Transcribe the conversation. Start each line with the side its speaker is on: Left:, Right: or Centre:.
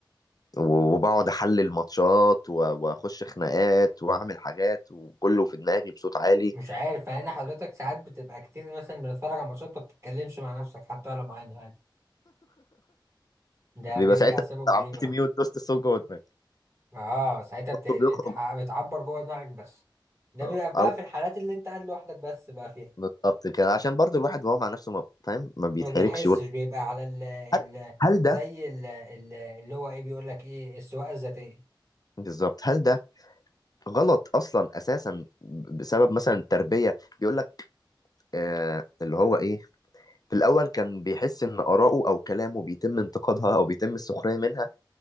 Left: و- وبقعد احلل ماتشات و... واخش خناقات واعمل حاجات وكله في دماغي بصوت عالي
Right: مش عارف مع ان حضرتك ساعات بتبقى كتير مثلا بنتفرج على ماتشات ما بتتكلمش مع نفسك حتى ولا معانا عادي ده
Left: بيبقى
Right: بيرجع
Left: ساعتها
Right: سببه
Left: عملت
Right: ليه بقى
Left: ميوت دوست الصوت جوه دماغي
Right: اه ساعتها
Left: كله
Right: بت... بتح...
Left: بيخرج
Right: بتعبر جوه دماغك بس ده
Left: اه
Right: بيبقى بقى
Left: او
Right: في الحالات اللي انت قاعد لوحدك بس بقى فيها
Left: بالظبط كده عشان برضو الواحد وهو مع نفسه ما... فاهم ما بيتحركش
Right: ما بيحسش بيبقى على ال... ال...
Left: هل هل ده
Right: زي ال... ال... اللي هو ايه بيقول لك ايه السواقه الذاتيه
Left: بالظبط هل ده غلط اصلا اساسا بسبب مثلا التربيه بيقول لك آه اللي هو ايه في الاول كان بيحس ان اراءه او كلامه بيتم انتقادها او بيتم السخريه منها